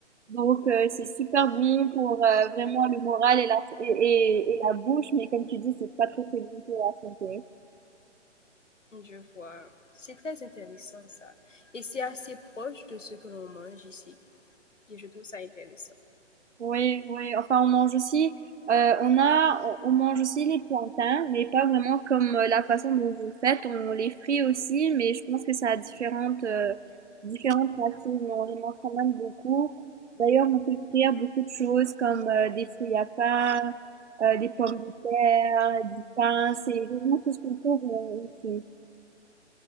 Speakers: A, on the right (about 70°); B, on the left (about 80°).
A: Donc, euh, c'est super bon pour euh, vraiment le moral et la, et, et- et la bouche, mais comme tu dis, c'est pas très, très bon pour la santé.
B: Je vois. C'est très intéressant ça. Et c'est assez proche de ce que l'on mange ici. Et je trouve ça intéressant.
A: Oui, oui. Enfin, on mange aussi, euh, on a, on, on mange aussi les plantains, mais pas vraiment comme euh, la façon dont vous le faites. On les frit aussi, mais je pense que ça a différentes, euh, différentes racines. mais On les mange quand même beaucoup. D'ailleurs, on peut frire beaucoup de choses comme euh, des fruits à pain, euh, des pommes de terre, du pain. C'est vraiment tout ce qu'on trouve euh, ici.